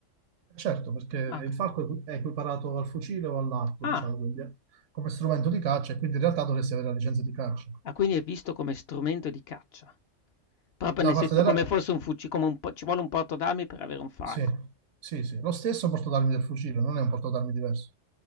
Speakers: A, on the right; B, on the left.
A: Certo, perché il
B: Ah, okay.
A: falco è equiparato al fucile o all'arco,
B: Ah,
A: diciamo, quindi, eh, come strumento di caccia e quindi in realtà dovresti avere la licenza di caccia.
B: ah, quindi è visto come strumento di caccia. Proprio
A: Da
B: nel
A: parte
B: senso
A: della,
B: come fosse un fuci come un po ci vuole un portodarmi per avere un falco.
A: Sì, sì, sì. Lo stesso portatarmi del fucile, non è un portatarmi diverso.